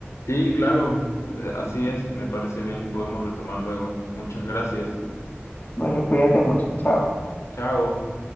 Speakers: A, on the left (about 85°); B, on the left (about 40°).
A: Sí, claro, eh, así es, me parece bien, podemos retomar luego. Muchas gracias.
B: Bueno, cuídate mucho. Chao.
A: Chao.